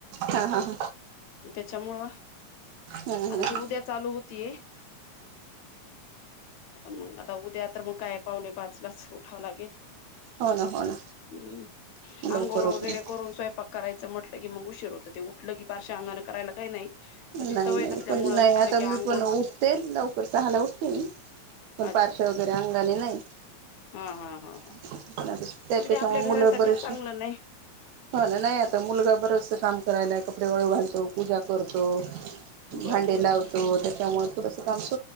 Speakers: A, on the right; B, on the left.
A: हा हा हा
B: त्याच्यामुळं
A: हम्म हम्म
B: आता ती उद्या चालू होतीय. आ म. आ उद्या तर मग काय पाउने पाचलाच उठावं लागेल
A: हो ना हो ना
B: हम्
A: लवकर
B: अंघोळ
A: उठून
B: वगैरे करून स्वयंपाक करायचा म्हटलं की मग उशीर होत ते उठलं की पारश्या अंगाने करायला काही नाही पण ती
A: नाही
B: सवय
A: नाही
B: नसल्यामुळे
A: पण आता
B: उठलं की आंघोळ
A: मी पण उठते लवकर स हाला उठते मी
B: अच्छा
A: पारश वगैरे अंगाली नाही -
B: हा हा हा हा म्हणजे
A: त्याच्यामुळे
B: ते आपल्या घरासाठी
A: मुलं बरेचस
B: चांगलं नाही
A: हो ना नाही आता मुलगा बरच काम करायला कपडे वळे <unintelligible> घालतो पूजा करतो तो
B: बर
A: भांडे
B: बर
A: लावतो
B: बर
A: त्याच्यामुळे खुस काम स